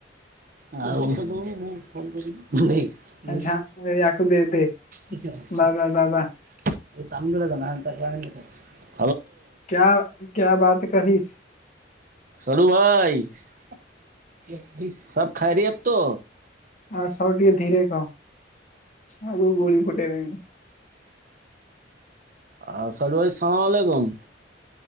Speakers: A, on the right; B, on the left.
A: ଆଉ,
B: ଆଛା
A: ଧିକ୍!
B: ୟାକୁ ଦେ ଦେ ବା ବା ବା ବା
A: <inaudible>
B: କ୍ୟା! କ୍ୟା ବାତ୍ କହିସ୍?
A: ଶଡୁ ଭାଇ-ଇ ସବ୍ ଖାରିୟତ୍ ତୋ?
B: ଆଉ ଶଡୁ ଟିକେ ଧୀରେ କହ। ଆଗକୁ ଗୁଳି ଫୁଟେଇ ବେଇଁ।
A: ଆ ଶଡୁଭାଇ, ସମାମାଲେକୁମ୍।